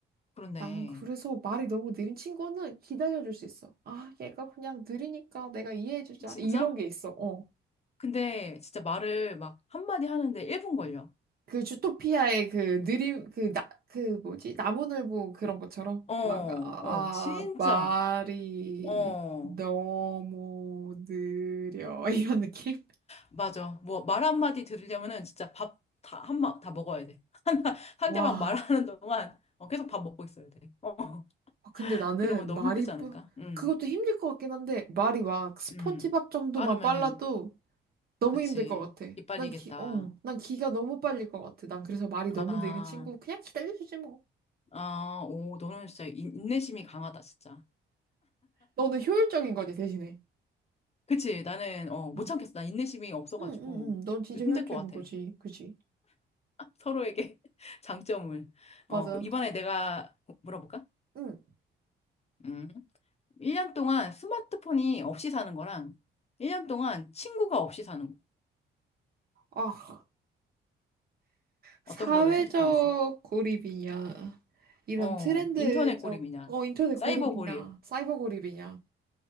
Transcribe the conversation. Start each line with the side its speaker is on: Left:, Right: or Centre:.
Left: 그렇네.
Right: 난 그래서 말이 너무 느린 친구는 기다려줄 수 있어. 아, 얘가 그냥 느리니까 내가 이해해주자.
Left: 진짜?
Right: 이런 게 있어. 어.
Left: 근데 진짜 말을 막 한마디 하는데 1분 걸려.
Right: 그 주토피아의 그 느림, 그 나, 그 뭐지? 나무늘보 그런 것처럼.
Left: 어,
Right: 막, 아,
Left: 어, 진짜.
Right: 아, 말이
Left: 어,
Right: 너무 느려. <laughs> 이런 느낌?
Left: 맞아. 뭐 말 한마디 들으려면은 진짜 밥 다, 한마, 다 먹어야 돼. 상대방
Right: 와.
Left: 말하는 동안 어, 계속 밥 먹고 있어야 돼. 어,
Right: 아, 근데 나는
Left: 그러면 너무
Right: 말이,
Left: 힘들지 않을까?
Right: 빠-
Left: 음,
Right: 그것도 힘들 것 같긴 한데, 말이 막 스폰지밥
Left: 음.
Right: 정도만
Left: 빠르면은,
Right: 빨라도 너무
Left: 그치.
Right: 힘들 것 같아.
Left: 이빨리겠다.
Right: 난 기, 어, 난 기가 너무 빨릴 것 같아. 난 그래서 말이
Left: 아,
Right: 너무 느린 친구 그냥 기다려주지 뭐.
Left: 아, 오, 너는 진짜 인- 인내심이 강하다, 진짜.
Right: 너는 효율적인 거지 대신에.
Left: 그치. 나는, 어, 못
Right: 음.
Left: 참겠어. 나 인내심이 없어가지고.
Right: 응, 응, 응. 응. 넌 진짜
Left: 좀 힘들
Right: 효율적인
Left: 것 같아.
Right: 거지. 그지?
Left: 서로에게 <laughs> 장점을.
Right: 맞아.
Left: 어, 그럼 이번에 내가 물어볼까?
Right: 응.
Left: 음. 1년 동안 스마트폰이 없이 사는 거랑 1년 동안 친구가 없이 사는 거.
Right: 아, 사회적
Left: 어떤 거를 선택하겠어?
Right: 고립이냐. 이런
Left: 어,
Right: 트렌드적,
Left: 인터넷 고립이냐?
Right: 어, 인터넷
Left: 사이버
Right: 고립이냐.
Left: 고립.
Right: 사이버 고립이냐.